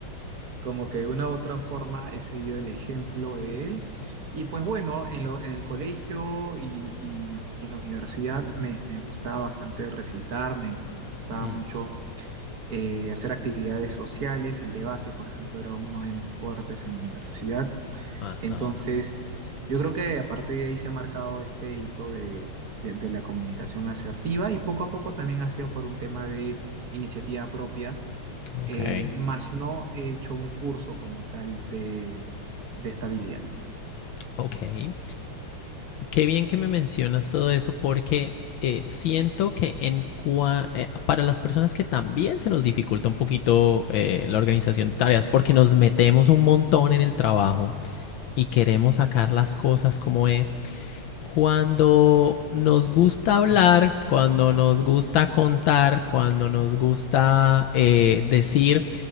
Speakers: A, on the right; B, on the left.
A: como que de una u otra forma he seguido el ejemplo de él. Y pues bueno, en lo- en el colegio y, y- y en la universidad me, me gustaba bastante recitar, me, me gustaba
B: Mm.
A: mucho eh, hacer actividades sociales, el debate, por ejemplo, era uno de mis fuertes en la universidad.
B: Ajá.
A: Entonces, yo creo que a partir de ahí se ha marcado este hito de, de de la comunicación asertiva y poco a poco también ha sido por un tema de iniciativa propia
B: Ok.
A: eh, más no he hecho un curso como tal de, de estabilidad.
B: Ok. Qué bien que me mencionas todo eso porque eh, siento que en cua- eh, para las personas que también se nos dificulta un poquito eh, la organización de tareas porque nos metemos un montón en el trabajo y queremos sacar las cosas como es. Cuando nos gusta hablar, cuando nos gusta contar, cuando nos gusta eh, decir,